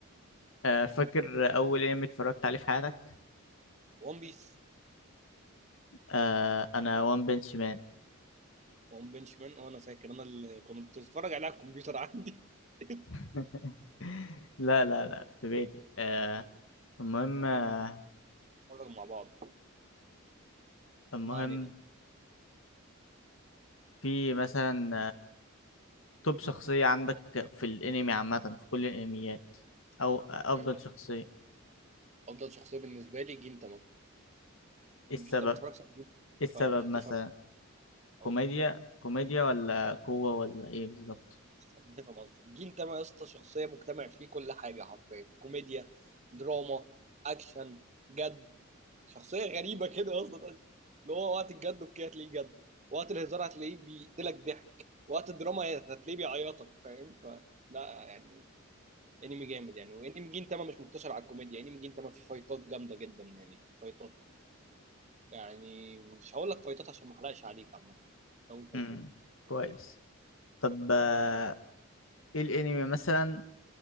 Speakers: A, on the left (about 65°); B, on the right (about 35°).
A: آه، فاكر اول انمي اتفرجت عليه في حياتك
B: ون بيس
A: آه، انا وان بنش مان
B: ون بنش مان أه أنا فاكر أنا اللي كنت بتفرج عليه على الكمبيوتر عندي <laughs>
A: <laughs> لا لا لا
B: آه.
A: في بيتي آه، المهم آه،
B: لما نتفرج مع بعض
A: المهم
B: ما علينا
A: في مثلا توب شخصية عندك في الانمي عامة في كل الانميات او افضل
B: آه.
A: شخصية
B: أفضل شخصية بالنسبة لي جنتاما مش
A: ايه السبب
B: أنت ما تتفرجش على جنتاما،
A: ايه السبب
B: فمش هتفهم
A: مثلا كوميديا
B: أقول
A: كوميديا ولا قوة ولا ايه بالظبط
B: ده فاهم قصدي الجيل ده بقى يا اسطى شخصيه مجتمع فيه كل حاجه حرفيا كوميديا دراما اكشن جد شخصيه غريبه كده يا اسطى اللي هو وقت الجد اوكي هتلاقيه جد وقت الهزار هتلاقيه بيقتلك ضحك وقت الدراما هتلاقيه بيعيطك فاهم ف لا يعني انمي جامد يعني وانمي جين تاما مش مقتصر على الكوميديا انمي جين تاما فيه فايتات جامده جدا يعني فايتات يعني مش هقول لك فايتات عشان ما احرقش عليك عامه اول فايتات
A: امم كويس طب آه، ايه الانمي مثلا